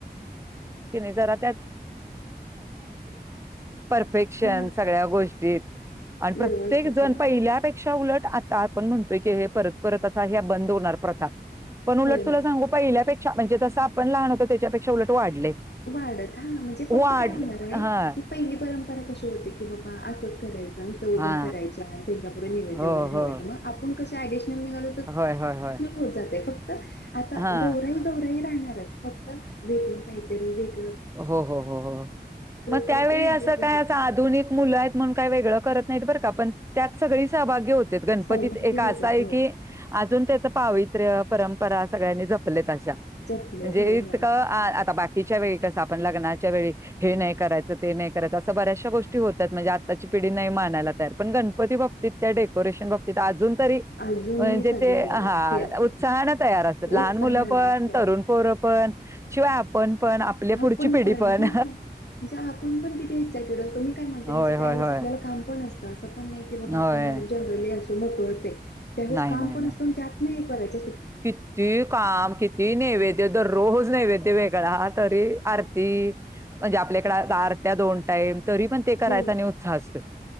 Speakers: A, on the right; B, on the left.
A: जरा त्यात फे्शन
B: हा
A: सगळ्या गोष्टीत आणि प्रत्येक
B: व्यवस्थित
A: जण
B: होय
A: पहिल्यापेक्षा पिक्षा उलट आता आपण म्हणतोय की हे परत परत असा ह्या बंद होणार प्रथा पण उलट
B: होय
A: तुला
B: होय.
A: सांगू पहिल्यापेक्षा म्हणजे जसं आपण लहान होतो त्याच्यापेक्षा उलट वाढले
B: वाढत हा म्हणजे फक्त
A: वाढ
B: काय होणार आहे
A: हा
B: की पैंगी परंपरा कशी की बाबा असच करायच नुसत उभ्या
A: हा
B: करायच्या आणि त्यांच्या पुे नैद्य
A: हो
B: वगैरे ठेवायच
A: हो
B: मग आप घाड
A: होय होय होय
B: होत फक्त आता
A: हा
B: ग ग फक्त वेगळ काहीतरी वेग
A: हो हो हो हो मग
B: पुढे
A: त्यावेळी
B: ते वेगवेगळे
A: असं काय
B: होत
A: अस
B: जाणार
A: आधुिक मुलं आहेत म्हण का वेग करत नाही काण त्यात सग सभा हो गणपतीत
B: सहभागी
A: एक असा
B: होतात
A: आहे
B: हो
A: की अजून त्याच पावित्र्य परंपरा सगळ्यांनी जपले म्हणजे
B: जपलेत होय होय होय
A: आता बाकीच्या वेळी आपण लग्नाच्या वे हे नाही करायचं नाही करायचं अस बऱ्याचशा गोष्टी होतात म्हणजे आताची पिढी नाही ण गणपती बात त्या डेकोरेशन बात अजून तरी
B: अजूनही
A: म्हणजे
B: सगळे
A: ते हा
B: हे असतात
A: उत्साहने तयार असत लहान
B: उत्साह
A: मुलं
B: आलाय
A: पण
B: होय
A: तरुण पोरं पण शिवाय आपण पण आपल्या
B: आपण
A: पुढची पिढी पण
B: हा म्हणजे आपण पण किती एक्सायटेड असतो मी काय म्हणते
A: होय
B: म्हणजे
A: होय
B: त्यावेळेस
A: होय
B: आपल्याला काम पण असत ण नाही बा
A: होय.
B: आप जनरली अस मोकळच त्यावेस
A: नाही,
B: काम
A: नाही,
B: पण
A: नाही.
B: अस त्यात नाही कराच
A: किती काम किती नैवेद्य दररोज नैवेद्य वेगळा तरी आरती म्हणजे आपल्याकड आरत्या दोन टाईम तरी पण ते करायचा
B: ब
A: आणि उत्साह असतोय.